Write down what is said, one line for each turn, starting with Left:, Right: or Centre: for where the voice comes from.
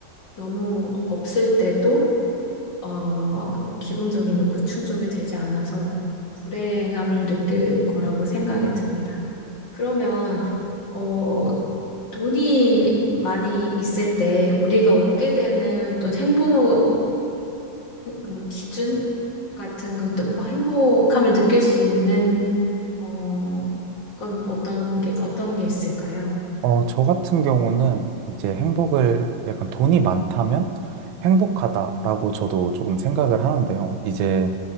Left: 너무 없을 때도 어, 기본적인 욕구 충족이 되지 않아서 불행함을 느낄 거라고 생각이 듭니다. 그러면 어, 돈이 많이 있을 때 우리가 얻게 되는 어떤 행복한 뭐 기준 같은 건또 뭐 행복함을 느낄 수 있는 어, 그건 어떤 게, 어떤 게 있을까요?
Right: 어, 저 같은 경우는 이제 행복을 약간 돈이 많다면 행복하다라고 저도 조금 생각을 하는데요. 이제